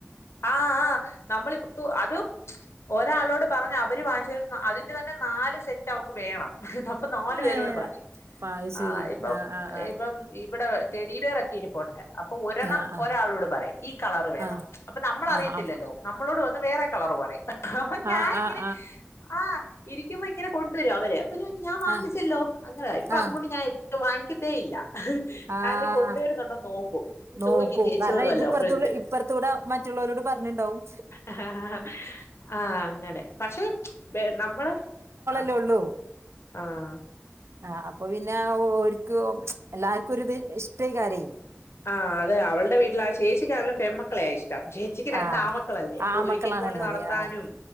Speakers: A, on the left; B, on the right.
A: ആഹ് ആ നമ്മളിപ്പോ അതും മ് ച്ച് ഒരാളോട് പറഞ്ഞ് അവര് വാങ്ങിച്ചോണ്ട് അതിന്റെ തന്നെ നാല് സെറ്റ് അവക്ക് വേണം ഹ് ഹ് അപ്പൊ നാലു പേരോട്
B: ഏഹ്
A: പറയും
B: അത് ശരി
A: ആ ഇപ്പം
B: ആഹ് ആഹ്
A: ഇപ്പം ഇവിടെ വെ ടെഡിബീരൊക്കെയിരിപ്പോണ്ട് അപ്പൊ ഒരെണം
B: ആഹ് ആഹ്
A: ഒരാളോട് പറയും ഈ കളറ് വേണം
B: ആഹ്
A: മ് അപ്പൊ നമ്മൾ അറിയത്തില്ലല്ലോ
B: ആഹ് ആഹ്
A: നമ്മളോട് വന്ന് വേറെ കളർ പറയും അപ്പൊ ഞാനിങ്ങനെ
B: ആഹ് ആഹ്
A: ആ ഇരിക്കുമ്പോ ഇങ്ങനെ കൊണ്ടുവരും അവര് ഞാൻ വാങ്ങിച്ചല്ലോ
B: ആഹ്
A: അങ്ങനെയ ഇപ്പൊ
B: ആഹ് ആഹ്
A: അതുകൊണ്ട് ഞാൻ ഏറ്റവും വാങ്ങിക്കത്തേ ഇല്ല
B: ആഹ്
A: ആരേലും കൊണ്ടുവരുന്നുണ്ടോന്ന് നോക്കും
B: നോക്കും
A: ചോദിക്കും ചേച്ചിയോടുവല്ലോം
B: കാരണം ഇത് ഇപ്പറത്തൂടെ
A: വിളിച്ച്
B: ഇപ്പറത്തൂടെ മറ്റുള്ളവരോട് പറഞ്ഞിണ്ടാവും
A: ആഹ് അങ്ങനെ പക്ഷെ മ് ച്ച് ബെ നമ്മള് ആഹ്
B: ലൊള്ളൂ.
A: ആഹ്
B: ആഹ് അപ്പൊ പിന്നെ ഓര്ക്ക്, എല്ലാർക്കൊരിത് ഇഷ്ടേ കാരെ?
A: ആഹ് അതെ അവൾടെ വീട്ടില്, ആ ചേച്ചിക്കാണെലും പെമ്മക്കളെ യാ ഇഷ്ടം. ട്ടം. ചേച്ചിക്ക് രണ്ട്
B: ആഹ്
A: ആമക്കളല്ലേ? പ്പൊ
B: ആമക്കളാണുള്ളത്
A: ഒരുക്കിക്കൊണ്ട് നടത്താനും,
B: ആഹ്